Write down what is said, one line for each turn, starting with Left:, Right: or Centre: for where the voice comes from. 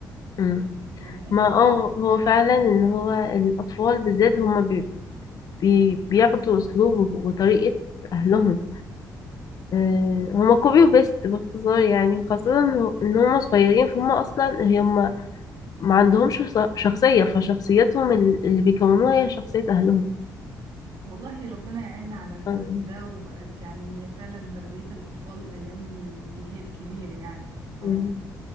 Left: مم.
Right: يعني أنا
Left: ما اه هو فعلا ان هو الاطفال بالذات هما بي بي بياخدوا اسلوب وطريقة اهلهم آه، هما كوبي وبيست باختصار يعني خاصة ان إن هما صغيرين فهم اصلا هما ما عندهمش شخص- شخصية فشخصيتهم ال- اللي بيكونوها هي شخصية اهلهم
Right: والله ربنا يعيننا على الزمن
Left: آه.
Right: ده وبقت يعني هي فعلا تربيه الاطفال الايام دي جهاد كبير يعني ف
Left: مم.